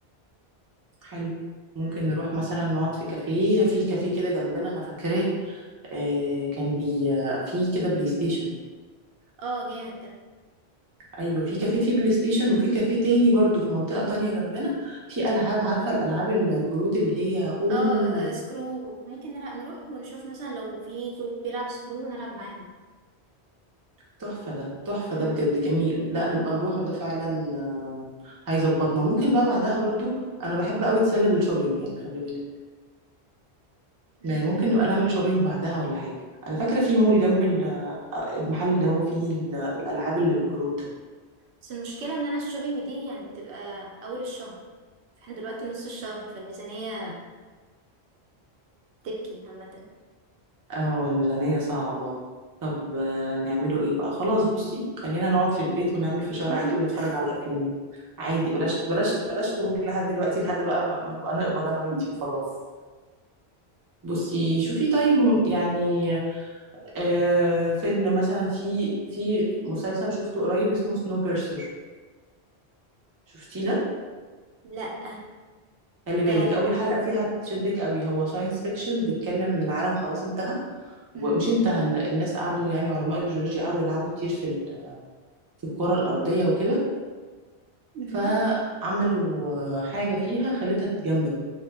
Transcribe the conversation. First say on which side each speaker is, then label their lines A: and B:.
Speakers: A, on the right; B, on the right.
A: حلو ممكن
B: امم
A: نروح مثلا نقعد في كافيه في كافيه كده جنبنا أنا فاكراه آه، كان بي آه، في كده بلاي ستيشن
B: اه جامد ده
A: ايوه في كافيه في بلاي ستيشن وفي كافيه تاني برضو في منطقه تانية جنبنا في العاب عارفه الالعاب الكروت اللي هي اونو
B: اه آه، سكرو ممكن نرا- نروح ونشوف مثلا لو في جروب بيلعب سكرو نلعب معاهم
A: تحفة ده تحفة ده
B: مم.
A: بجد جميل لا نبقى نروحه ده فعلا آه، هيظبطنا ممكن بقى بعدها برضو انا بحب قوي اتسلى بالشوبينج يعني خلي بالك
B: مم.
A: يعني ممكن نبقى نعمل شوبينج بعدها ولا حاجة انا فاكرة
B: مم.
A: في مول جنب ال- آه، المحل اللي هو فيه ال- الالعاب اللي بالكروت ده
B: بس المشكلة ان انا الشوبينج دي يعني بتبقى اول الشهر احنا دلوقتي نص الشهر فالميزانية تبكي عامة
A: اه الميزانية صعبة طب آه، نعمله ايه بقى خلاص بصي خلينا نقعد في البيت ونعمل فشار
B: <laughs>
A: عادي ونتفرج على افلام عادي بلاش بلاش بلاش خروج لحد دلوقتي لحد بقى ما ما نبقى نقبض انا وانتي وخلاص بصي شوفي طيب يعني آه فيلم مثلا في في مسلسل شفته قريب اسمه سنو بيرسر شفتيه ده
B: لا
A: خلي
B: ده
A: بالك اول حلقة فيها تشدك قوي هو ساينس فيكشن بيتكلم ان العالم خلاص انتهى
B: مم.
A: ومش انتهى إن الناس قعدوا يعني علماء الجيولوجيا قعدوا يلعبوا كتير في ال- في الكرة الأرضية وكده
B: مم.
A: فعملوا آه، حاجة فيها خلتها تتجمد